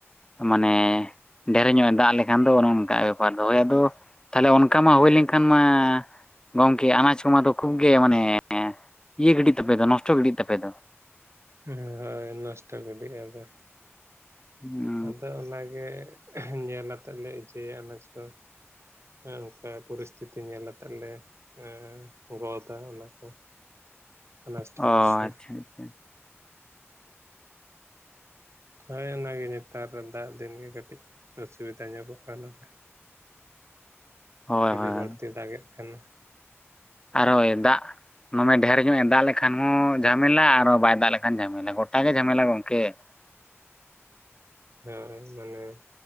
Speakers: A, on the left (about 15°); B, on the right (about 70°).
A: ᱢᱟᱱᱮ ᱰᱷᱮᱨᱮ ᱧᱚᱜ ᱮ ᱫᱟᱜ ᱞᱮᱠᱷᱟᱱ ᱫᱚ ᱚᱱᱮ ᱚᱱᱠᱟᱜᱼᱟ ᱵᱮᱯᱟᱨ ᱫᱚ ᱦᱳᱭ ᱟᱫᱚ ᱛᱟᱦᱚᱞᱮ ᱚᱱᱠᱟ ᱢᱟ ᱦᱳᱭ ᱞᱮᱱᱠᱷᱟᱱ ᱢᱟ ᱜᱚᱢᱠᱮ ᱟᱱᱟᱡ ᱠᱚᱢᱟ ᱫᱚ ᱠᱷᱩᱵ ᱜᱮ ᱢᱟᱱᱮ ᱤᱭᱟᱹ ᱜᱤᱰᱤᱜ ᱛᱟᱯᱮ ᱫᱚ ᱱᱚᱥᱴᱚ ᱜᱤᱰᱤᱜ ᱛᱟᱯᱮ ᱫᱚ ᱾
B: ᱦᱳᱭ ᱱᱚᱥᱴᱚ ᱜᱤᱰᱤᱜᱼᱟ ᱟᱫᱚ ᱾
A: ᱦᱩᱸ
B: ᱟᱫᱚ ᱚᱱᱟᱜᱮ ᱧᱮᱞ ᱟᱛᱮᱫ ᱞᱮ ᱤᱡᱟᱹᱭᱟ ᱟᱱᱟᱡ ᱠᱚ ᱾ ᱚᱱᱠᱟ ᱯᱚᱨᱤᱥᱛᱷᱤᱛᱤ ᱧᱮᱞ ᱟᱛᱮᱫ ᱞᱮ ᱮᱸ ᱜᱚᱫᱟ ᱚᱱᱟ ᱠᱚ ᱟᱱᱟᱡᱽ ᱴᱟᱱᱟᱪ
A: ᱚ
B: ᱠᱚ
A: ᱟᱪᱪᱷᱟ
B: ᱾
A: ᱟᱪᱪᱷᱟ
B: ᱦᱳᱭ ᱚᱱᱟᱜᱮ ᱱᱮᱛᱟᱨ ᱫᱟᱜ ᱫᱤᱱ ᱜᱮ ᱠᱟᱹᱴᱤᱡ ᱚᱥᱩᱵᱤᱫᱟ ᱧᱚᱜᱚᱜ ᱟ ᱱᱚᱰᱮ ᱾
A: <inaudible>
B: ᱡᱩᱫᱤ
A: ᱦᱳᱭ
B: ᱵᱟᱹᱲᱛᱤ ᱫᱟᱜᱮᱫ ᱠᱷᱟᱱ ᱢᱟ ᱾
A: ᱟᱨᱚᱭ ᱫᱟᱜ ᱫᱚᱢᱮ ᱰᱷᱹᱮᱨ ᱧᱚᱜ ᱮ ᱫᱟᱜ ᱞᱮᱠᱷᱟᱱ ᱦᱚᱸ ᱡᱷᱟᱢᱮᱞᱟ ᱟᱨᱚ ᱵᱟᱭ ᱫᱟᱜ ᱞᱮᱠᱷᱟᱱ ᱡᱷᱟᱢᱮᱞᱟ ᱜᱚᱴᱟ ᱜᱮ ᱡᱷᱟᱢᱮᱞᱟ ᱜᱚᱝᱠᱮ ᱾
B: ᱦᱳᱭ ᱢᱟᱱᱮ